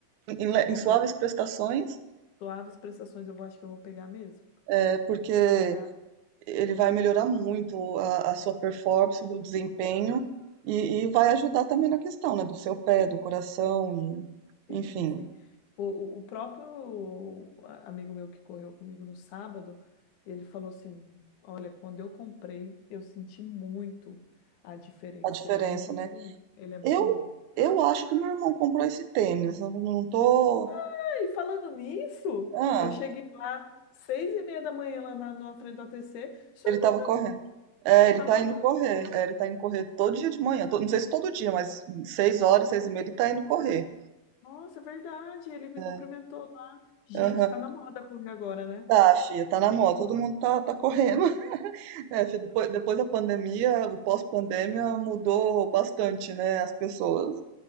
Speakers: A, on the right; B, on the left.
A: Em, le-
B: Vou
A: em suaves
B: pegar
A: prestações,
B: suaves prestações. Eu vou, acho que eu vou pegar mesmo.
A: é porque
B: Pegar.
A: ele vai melhorar muito a, a sua performance, o desempenho, e, e vai ajudar também na questão, né, do seu pé, do coração, e,
B: Sim,
A: enfim,
B: sim. O, o o próprio amigo meu que correu comigo no sábado, ele falou assim: Olha, quando eu comprei, eu senti muito a diferença.
A: a diferença,
B: Ele é muito bom,
A: né?
B: ele é muito
A: Eu,
B: bom.
A: eu acho que meu irmão comprou esse tênis, eu não tô.
B: Ah, E falando nisso,
A: Ah,
B: eu cheguei lá seis e meia da manhã lá na, na frente do A T C seu
A: ele
B: irmão
A: tava correndo. É, ele
B: tava,
A: tá indo
B: tava lá.
A: correr, é, ele tá indo correr todo dia de manhã, to- não sei se todo dia, mas seis horas, seis e meia, ele tá indo correr.
B: Nossa, é verdade, ele me
A: É,
B: cumprimentou lá. Gente,
A: aham.
B: tá na moda correr agora, né?
A: Tá, filha, tá na moda, todo mundo tá, tá correndo. É, acho que depois, depois da pandemia, o pós-pandemia mudou bastante, né, as pessoas.